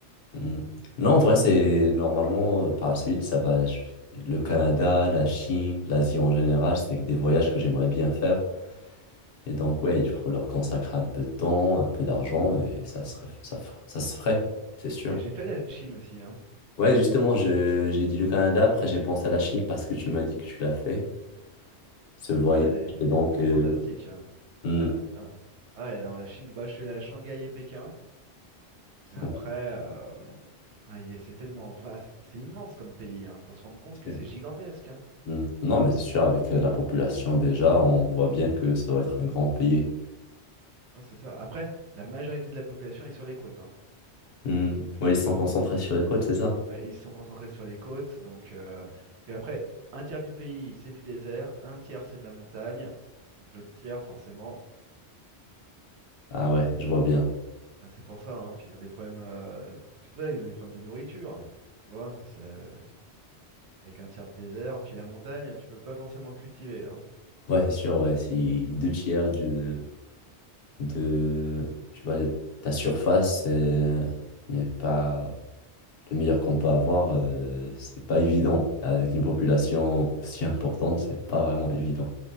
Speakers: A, on the left; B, on the right.
A: Hmm. Non, en vrai, c'est normalement, euh, par la suite, ça va. je- Le Canada, la Chine, l'Asie en général, c'est des voyages que j'aimerais bien faire. Et donc, ouais,
B: Mais
A: il faut leur consacrer un peu de temps, un peu d'argent, et ça serait, ça, fer- ça se ferait, c'est sûr.
B: J'ai j'ai fait la Chine aussi, hein.
A: Ouais, justement, je- j'ai dit le Canada, après j'ai pensé à la Chine parce que tu m'as dit que tu l'as fait, ce voyage.
B: Ouais, les-
A: Et donc,
B: c'est
A: euh,
B: fantastique, hein.
A: hmm,
B: Ouais, hein. Ah ouais, non, la Chine, bah, je suis allé à Shanghai et Pékin, mais après,
A: ouais,
B: euh, ah, y est- c'est tellement vaste, c'est immense comme pays, hein. Faut se rendre compte
A: c'est
B: que
A: sûr.
B: c'est gigantesque, hein.
A: Hmm. Non, mais c'est sûr, avec euh, la population déjà, on voit bien que ça doit être un grand pays.
B: Ah, c'est ça. Après, la majorité de la population est sur les côtes, hein.
A: Hmm. Ouais, ils sont concentrés sur les côtes, c'est ça?
B: Ouais, ils se sont concentrés sur les côtes, donc euh, parce qu'après, un tiers du pays, c'est du désert, un tiers, c'est de la montagne, donc l'autre tiers, forcément,
A: Ah ouais, je vois bien.
B: hein, c'est pour ça, hein. Puis ils ont des problèmes, euh, c'est pour ça, ils ont des problèmes de nourriture, tu vois, c'est... Avec un tiers de désert, puis la montagne, tu peux pas forcément cultiver, hein.
A: Ouais, c'est sûr, ouais, si deux tiers de, de, tu vois, de ta surface euh, n'est pas le meilleur qu'on peut avoir, euh, c'est pas évident. Avec une population aussi importante, c'est pas vraiment évident.